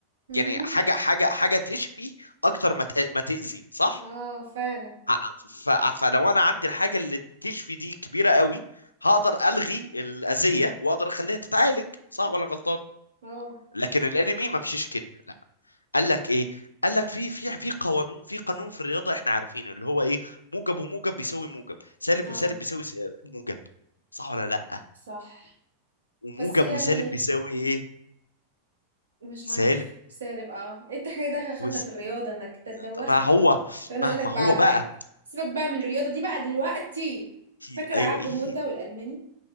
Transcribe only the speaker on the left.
يعني حاجه حاجه حاجه تشفي اكتر ما تأ- ما تاذي صح
ع- ف- فلو انا عندي الحاجه اللي تشفي دي كبيره قوي هقدر الغي الاذيه واقدر اخليها تتعالج صح ولا غلطان
لكن الانمي ما مشيش كده لا قال لك ايه قال لك في في في قانون في قانون في الرياضه احنا عارفينه اللي هو ايه موجب وموجب بيساوي موجب سالب
وسالب بيساوي س- موجب صح ولا لا
وموجب
وسالب بيساوي ايه
سالب
وس...
طب ما هو
مهما
هو
بقى
في
ايوه
ايه